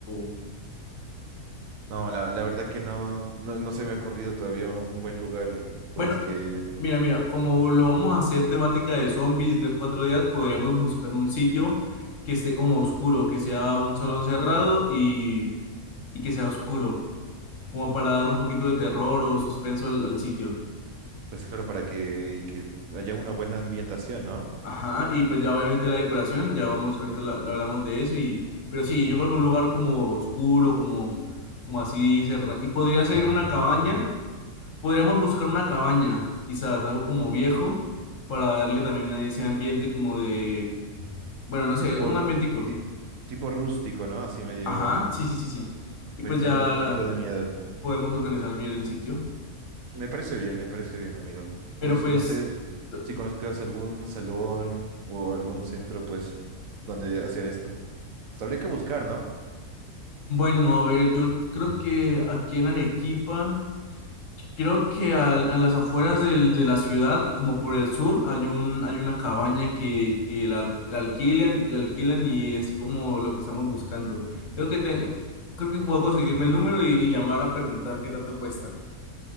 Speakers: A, on the left; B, on the right.
A: o-
B: No, la, la verdad que no, no, no se me ha ocurrido todavía un buen lugar,
A: Bueno,
B: pues que,
A: mira, mira, como lo vamos a hacer temática de zombies, les 4 días, podríamos buscar un sitio que esté como oscuro, que sea un salón cerrado y, y que sea oscuro, como para dar un poquito de terror o suspenso al, al sitio.
B: pues claro, para que, que haya una buena ambientación, ¿no?
A: Ajá, y pues ya obviamente la decoración, ya vamos, ahorita la, la hablamos de eso, y, pero sí, yo creo que un lugar como oscuro, como, como así cerrado, y podría ser una cabaña Podríamos buscar una cabaña, quizás algo como viejo, para darle también a ese ambiente como de, bueno, no sé,
B: Sí, Tipo,
A: un ambientico.
B: tip- tipo rústico, ¿no? Así medio,
A: Ajá, sí, sí, sí, sí. Y
B: para
A: pues
B: implantar
A: ya
B: un poquito de miedo.
A: podemos organizar bien el sitio.
B: Me parece bien, me parece bien, amigo.
A: Pero
B: Pues
A: pues,
B: no sé
A: d-
B: si conozcas algún salón o algún centro, pues, donde hacer esto. Pues, habría que buscar, ¿no?
A: bueno, a ver, yo creo que aquí en Arequipa... Creo que al- a, las afueras del- de la ciudad, como por el sur, hay un, hay una cabaña que, que la, ar- la alquilan, la alquilan y es como lo que estamos buscando. Creo que tengo, creo que puedo conseguirme el número y, y llamar a preguntar qué tanto cuesta.